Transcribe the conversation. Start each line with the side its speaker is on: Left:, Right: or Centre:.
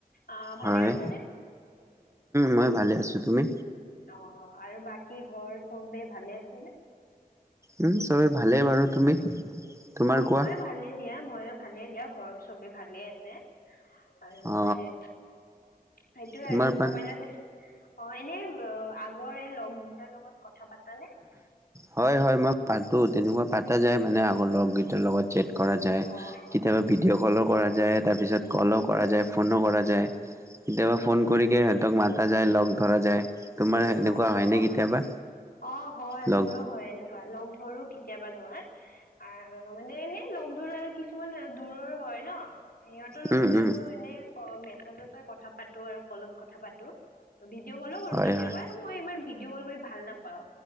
Left: আ
Right: হয়।
Left: ভালে আছানে?
Right: মই ভালে আছোঁ, তুমি?
Left: অ' আৰু বাকী ঘৰ চব বেই ভালে আছে নে?
Right: উম চবেই ভালেই বাৰু, তুমি? তোমাৰ
Left: অ'
Right: কোৱা?
Left: ময়ে ভালে দিয়া ময়ে ভালে দিয়া ঘৰত চবে ভালে আছে। আৰু
Right: অ
Left: সে, সেইটোয়ে
Right: তোমাৰ
Left: আৰু
Right: পানে
Left: মোবাইলত অ' এনে আ লগৰে লগ গিটাৰ লগত কথা পাতানে?
Right: হয় হয় মই পাতো তেনেকুৱা পাতা যায় মানে আগৰ লগকেইটাৰ লগতে চেত কৰা যায়,
Left: অ'
Right: কেতিয়াবা
Left: অ'
Right: ভিডিঅ'
Left: হয়।
Right: কলো কৰা যায় তাৰপিছত কলো
Left: উম
Right: কৰা যায়
Left: উম
Right: ফোনো কৰা যায়। কেতিয়াবা
Left: অ'
Right: ফোন
Left: হয়
Right: কৰিকে
Left: নেকি?
Right: সিহঁতক মাতা যায় লগ ধৰা যায়। তোমাৰ এনেকুৱা
Left: অ',
Right: হয়নে
Left: অ',
Right: কেতিয়াবা
Left: অ' হয়
Right: লগ
Left: মোৰো হয় এনেকুৱা লগ ধৰো কেতিয়াবা নোৱাৰয় আহ মানে এনে লগ ধৰো আৰু কিছুমান দূৰৰ হয় ন সিহঁতৰ লগত
Right: উম উম উম
Left: আৰু এনে মেছেজতে কথা পা টো আৰু কলত কথা পাতো, ভিডিঅ কলো কৰো
Right: হয়
Left: কেতিয়াবা
Right: হয়
Left: মই ইমান ভিডিঅ কল কৰি ভাল নাপ পাও